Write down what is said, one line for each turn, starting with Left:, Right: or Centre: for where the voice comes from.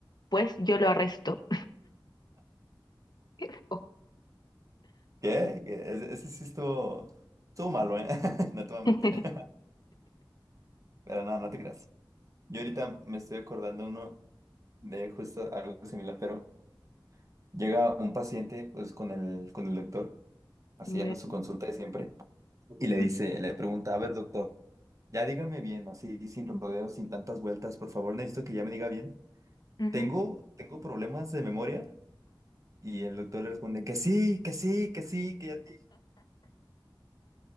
Left: Pues yo lo arresto. <laughs> Oh.
Right: ¿Qué? ¿Qué? Ese, ese sí estuvo, estuvo malo, ¿eh? <laughs> No te voy a
Left: <laughs>
Right: mentir. <laughs> Pero no, no te creas. Yo ahorita me estoy acordando uno de justo algo similar, pero llega un paciente pues con el, con el doctor, así
Left: Ya.
Right: a su consulta de siempre, y le dice,
Left: Mm,
Right: le pregunta, a ver doctor, ya dígame bien, así sin rodeos, sin tantas vueltas, por favor necesito que ya me diga bien.
Left: ujú.
Right: Tengo, tengo problemas de memoria y el doctor le responde que sí, que sí, que sí, que ya te...